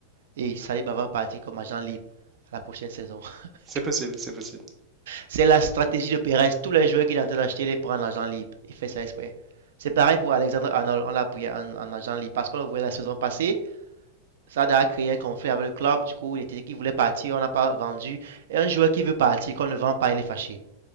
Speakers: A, on the right; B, on the right.
A: et Saliba va partir comme agent libre à la prochaine saison. <laughs>
B: C'est possible, c'est possible.
A: C'est la stratégie de Perez. Tous les joueurs qu'il est en train d'acheter, il les prend en agent libre. Il fait ça exprès. C'est pareil pour Alexandre Arnold. On l'a pris en, en agent libre parce qu'on le voyait la saison passée. ça a créé un conflit avec le club. Du coup, il était qu'il voulait partir, on n'a pas vendu. Et un joueur qui veut partir, qu'on ne vend pas, il est fâché.